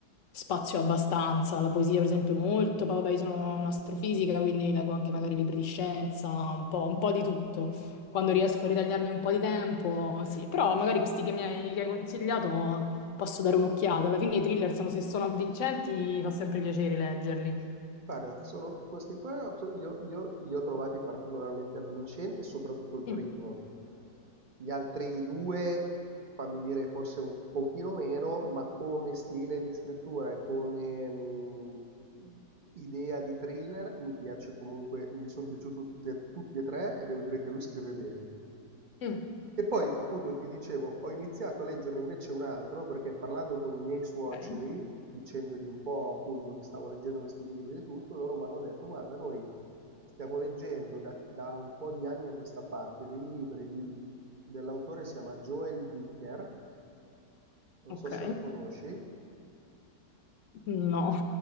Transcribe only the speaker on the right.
Guarda, sono questi qua abso- li ho, li ho- li ho trovati particolarmente avvincenti, soprattutto il primo.
Gli altri due, fammi dire, forse un pochino meno, ma come stile di scrittura e come mh, idea di thriller mi piace comunque, mi sono piaciuti tutti e, tutti e tre e devo dire che lui scrive bene.
E poi, appunto, ti dicevo, ho iniziato a leggerne invece un altro perché parlando con i miei suoceri,
dicendogli un po' appunto che stavo leggendo questi libri e tutto, loro mi hanno detto, guarda, noi stiamo leggendo da, da un po' di anni a questa parte dei libri di, dell'autore si chiama Joel Dicker, non
so se lo conosci,